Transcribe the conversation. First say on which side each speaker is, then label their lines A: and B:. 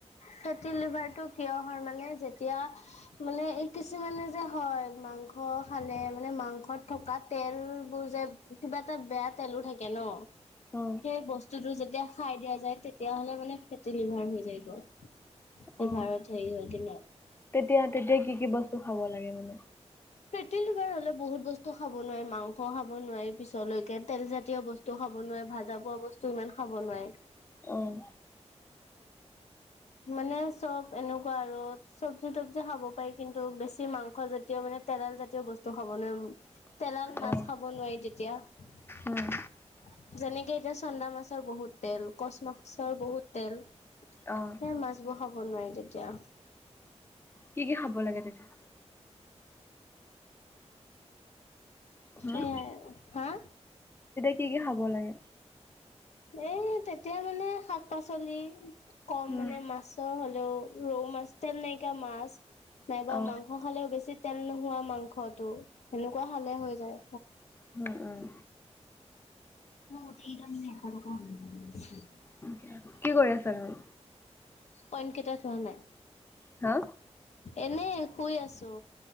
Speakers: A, on the left; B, on the left.
A: চেত। টো লিভাৰটো কিয় হয় মানে, যেতিয়া মানে কিছুমানে যে, হয় মাংস মাংস খালে, মানে মাংসত থকা তেলবোৰ যে কিবা এটা বেয়া তেলো থাকে ন
B: অ
A: সেই বস্তুটো যেতিয়া খাই দিয়া যায়, তেতিয়া তেতিয়া হ'লে মানে ফেটি লিভাৰ হৈ যায় গৈ,
B: অ
A: লিভাৰত হেৰি হয় যে ন
B: তেতিয়া তেতিয়া কি কি বস্তু খাব লাগে মানে
A: ফেটি লিভাৰ হলে বহুত বস্তু খাব নোৱাৰে। মাংস খাব নোৱাৰে পিছলৈকে। তেলজাতীয় বস্তু খাব মকোনোৱে ভাজা, পুৰা বস্তু ইমান খাব নোৱাৰে।
B: অহ
A: মানে চব এনেকোৱা আৰু চব্জি তবজি খাব পাৰি কিন্তু বেছি মাংস জাতীয় মানে তেৰাল জাতীয় বস্তু। খাব নোৱাৰি, তেলাল মাছ
B: অ
A: খাব নোৱাৰি তেতিয়া
B: উম
A: যেনেকে এতিয়া চন্দা মাছৰ বহুত তেল কচ মাছৰ বহুত তেল
B: অ
A: সেই মাছবোৰ খাব নোৱাৰি তেতিয়া
B: কি কি খাব লাগে তেতিয়া? হুম
A: অ হা
B: কি-কি খাব লাগে?
A: এই তেতিয়া মানে শাক পাচলি কম
B: উম
A: মানে মাছৰ হ'লে। ৰৌ মাছ তেল নাইকিয়া মাছ নাইবা
B: অ
A: মাংস খালেও বেছি তেল নোহোৱা মাংস ঘতো সেনেকোৱা হলে হৈ যায়
B: উম-উম
A: <unintelligible>
B: উম কি কৰি আছা তুমি?
A: পইণ্ট কেইটা থোৱা নাই
B: হা
A: এনে শুই আছো